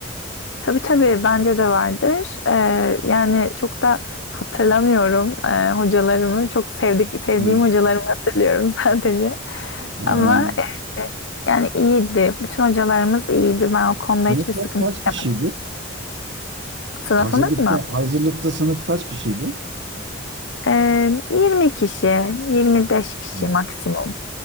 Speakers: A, on the left; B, on the right.
A: tabii tabii bence de vardır. Ee, yani çok da hatırlamıyorum ee, hocalarımı. Çok sevdik, sevdiğim
B: Hmm.
A: hocalarımı hatırlıyorum <laughs> sadece.
B: Ee,
A: Ama e, yani iyiydi. Bütün hocalarımız iyiydi. Ben o konuda
B: sınıflar
A: hiçbir sıkıntı
B: kaç kişiydi?
A: çekmedim. Sınıfımız
B: Hazırlıkta
A: mı?
B: hazırlıkta sınıf kaç kişiydi?
A: Ee, 20 kişi, 25 kişi
B: Hmm.
A: maksimum.